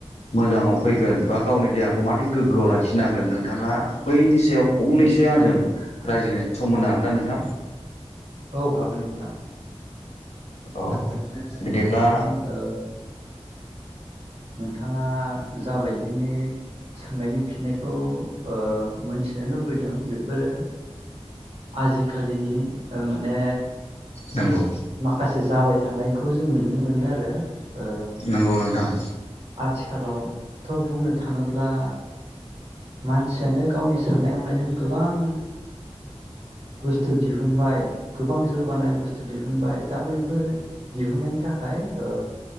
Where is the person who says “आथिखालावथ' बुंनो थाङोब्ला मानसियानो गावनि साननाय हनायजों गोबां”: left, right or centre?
Right